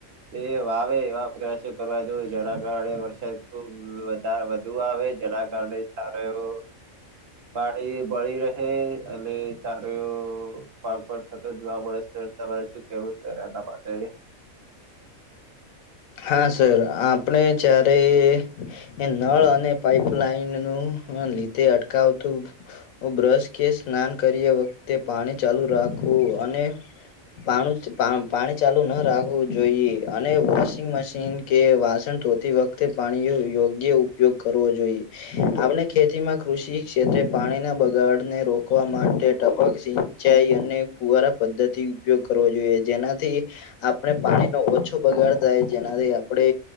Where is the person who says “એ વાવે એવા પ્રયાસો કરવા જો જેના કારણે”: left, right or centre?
Right